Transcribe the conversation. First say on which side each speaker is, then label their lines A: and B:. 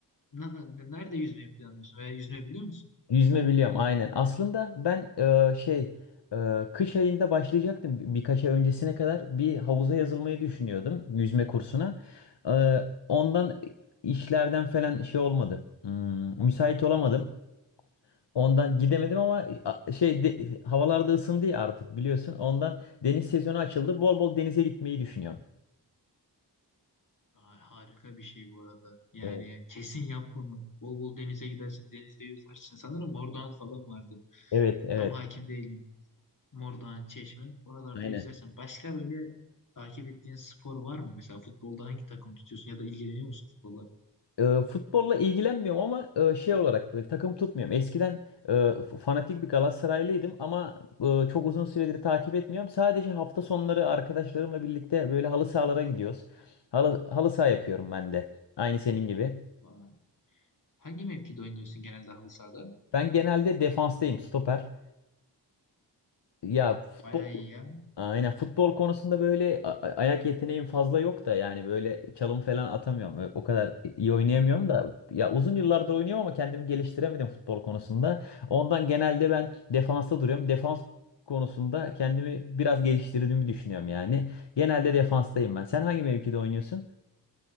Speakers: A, on the left; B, on the left.
A: na- na- nerede yüzmeyi planlıyorsun? Veya yüzme biliyor musun?
B: Yüzme biliyorum aynen. Aslında ben e, şey e, kış ayında başlayacaktım Bir- birkaç ay öncesine kadar bir havuza yazılmayı düşünüyordum yüzme kursuna. E, ondan işlerden falan şey olmadı. Hmm, müsait olamadım. Ondan gidemedim ama a- şey de- havalarda ısındı ya artık biliyorsun. Ondan deniz sezonu açıldı. Bol bol denize gitmeyi düşünüyorum.
A: Ay, harika bir şey bu arada. Yani
B: Evet,
A: kesin yap bunu. Bol bol denize gidersin, denizde yüzersin. Sanırım Mordoğan falan vardı.
B: evet, evet.
A: Tam hakim değilim. Mordoğan, Çeşme. Oralarda
B: Aynen.
A: yüzersen. Başka böyle takip ettiğin spor var mı? Mesela futbolda hangi takım tutuyorsun ya da ilgileniyor musun futbolla?
B: e, futbolla ilgilenmiyorum ama e, şey olarak böyle takım tutmuyorum. Eskiden e, f- fanatik bir Galatasaraylıydım ama e, çok uzun süredir takip etmiyorum. Sadece hafta sonları arkadaşlarımla birlikte böyle halı sahalara gidiyoruz. Halı, halı saha yapıyorum ben de. Aynı senin gibi.
A: Vay. Hangi mevkide oynuyorsun genelde halı sahada?
B: Ben genelde defanstayım, stoper. Ya futbol
A: Bayağı iyi ya.
B: aynen futbol konusunda böyle a- a- ayak yeteneğim fazla yok da yani böyle çalım falan atamıyorum. Ö- O kadar iyi oynayamıyorum da ya uzun yıllardır oynuyorum ama kendimi geliştiremedim futbol konusunda. Ondan genelde ben defansta duruyorum. Defans konusunda kendimi biraz geliştirdiğimi düşünüyorum yani. Genelde defanstayım ben. Sen hangi mevkide oynuyorsun?